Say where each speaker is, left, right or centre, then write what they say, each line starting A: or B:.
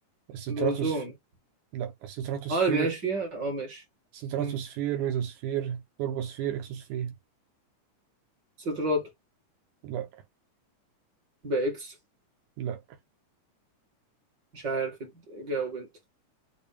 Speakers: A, on the right; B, on the right.
A: الستراتوسف
B: الأوزون
A: لأ الستراتوسفير
B: اه اللي بنعيش فيها اه ماشي
A: ستراتوسفير
B: مم.
A: ميزوسفير توربوسفير إكسوسفير
B: صدرات
A: لأ
B: بإكس
A: لأ
B: مش عارف جاوب انت